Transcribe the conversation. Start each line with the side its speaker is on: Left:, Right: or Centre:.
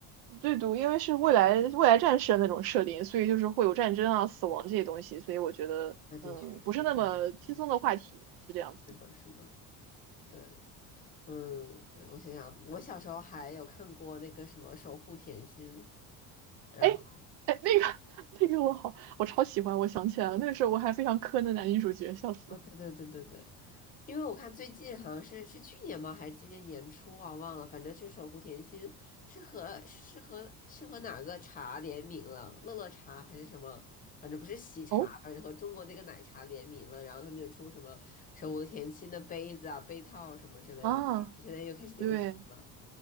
Right: <laughs> 对读因为是未来未来战士的那种设定，所以就是会有战争啊、死亡这些东西，所以我觉得嗯不是那么轻松的话题，
Left: 那的确是有点，嗯，
Right: 是这样子的。
Left: 是的，是的，对。嗯，对，我想想，我小时候还有看过那个什么《守护甜心》，然后
Right: 哎哎，那个 <laughs> 那个我好，我超喜欢，我想起来了，那个时候我还非常磕那男女主角，笑死了。
Left: 啊，对对对对对，因为我看最近好像是是去年吗，还是今年年初啊，忘了，反正是《守护甜心》是和是和是和哪个茶联名了，乐乐茶还是什么，反正不是喜茶，
Right: 哦
Left: 反正和中国这个奶茶联名了，然后他们就出什么《守护甜心》的杯子啊、杯套什么之类的，
Right: 啊，
Left: 现在又开始流行了，
Right: 对。